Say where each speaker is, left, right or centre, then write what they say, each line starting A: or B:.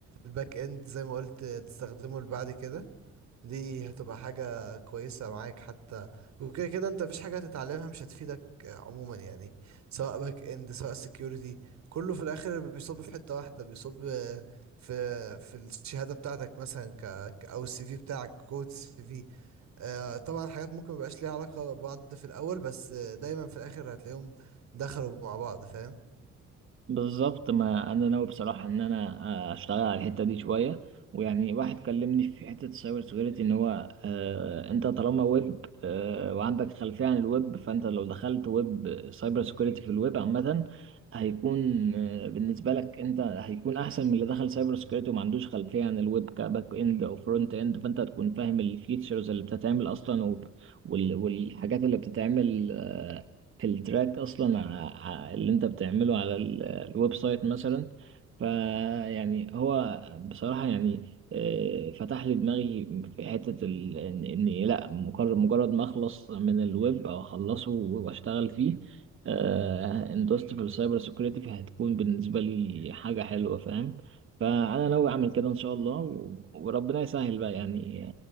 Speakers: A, on the right; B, on the right.
A: الباك اند زي ما قلت تستخدمه لبعد كده دي هتبقى حاجة كويسة معاك حتى وكده كده انت مفيش حاجة هتتعلمها مش هتفيدك آه، عموما يعني سواء باك اند سواء سكيورتي كله في الاخر بيصب في حتة واحدة بيصب آه، في في الشهادة بتاعتك مثلا ك ك- او السي في بتاعك كود السي في آه، طبعا حاجات ممكن مبقاش ليها علاقة ببعض في الاول بس آه، دايما في الاخر هتلاقيهم دخلوا مع بعض فاهم
B: بالظبط ما انا ناوي بصراحه ان انا اشتغل على الحته دي شويه ويعني واحد كلمني في حته السايبر سيكيورتي ان هو آه انت طالما ويب آه وعندك خلفيه عن الويب فانت لو دخلت ويب سايبر سيكيورتي في الويب عامه هيكون آه بالنسبه لك انت هيكون احسن من اللي دخل سايبر سيكيورتي وما عندوش خلفيه عن الويب كباك اند او فرونت اند فانت هتكون فاهم الفيتشرز اللي بتتعمل اصلا وب- وال- والحاجات اللي بتتعمل آه، في التراك اصلا ع- ع- اللي انت بتعمله على الويب سايت مثلا فيعني هو بصراحة يعني آه، فتح لي دماغي في حتة ال... إن- إني لأ مجرد مجرد ما أخلص من الويب أو أخلصه وأشتغل فيه آه، اندوست في السايبر سيكيورتي فهتكون بالنسبة لي حاجة حلوة فاهم فأنا ناوي أعمل كده إن شاء الله و... وربنا يسهل بقى يعني